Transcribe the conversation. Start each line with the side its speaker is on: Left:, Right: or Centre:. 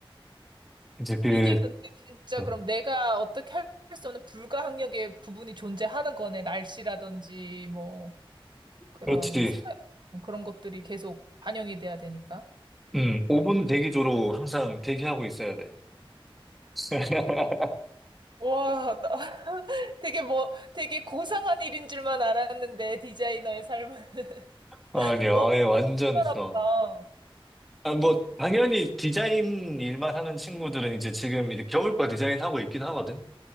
Centre: 이제 그
Right: 이게 근데 진짜
Centre: 어,
Right: 그럼 내가 어떻게 할 수 없는 불가항력의 부분이 존재하는 거네. 날씨라든지 뭐 그런
Centre: 그렇지
Right: 사- 뭐 그런 것들이 계속 반영이 돼야 되니까.
Centre: 음 5분 대기조로 항상 대기하고 있어야 돼. <laughs>
Right: 와, 나 되게 뭐, 되게 고상한 일인 줄만 알았는데, 디자이너의 삶은. <laughs>
Centre: 아니요,
Right: 어,
Centre: 아예 완전,
Right: 희한하다.
Centre: 어. 아, 뭐, 당연히 디자인 일만 하는 친구들은 이제 지금 이제 겨울 거 디자인하고 있긴 하거든?